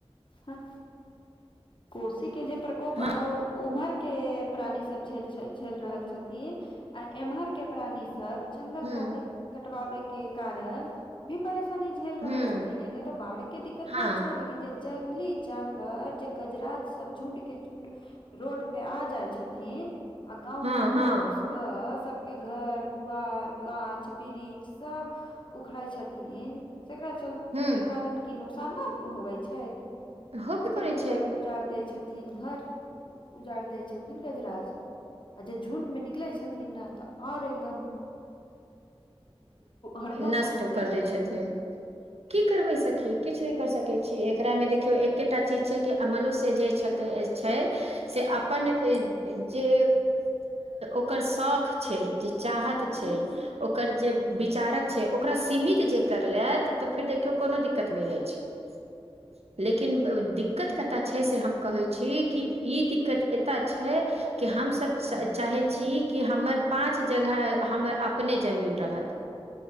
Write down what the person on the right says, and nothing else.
हँ
हूँ
हूँ
हँ
हँ
हँ
हूँ
होबे करै
छै
नष्ट
कर दै
छथिन की करबै सखी किछु नय कर सकै छीय एक एकरा मे देखियौ एकेटा चीज छै कि मनुष्य जे छै से अपन जे ओकर शौख छै जे चाहत छै
ओकर जे विचारक छै ओकरा सीमित जे करलेथ तऽ फेर देखियौ कोनो दिक्कत नय ऐछ
<inaudible> लेकिन दिक्कत कतय छै से हम कहैत छी कि ई दिक्कत एतय छै कि हमसभ चाहै छी कि हमर पाँच जगह हम अपने जमीन रहत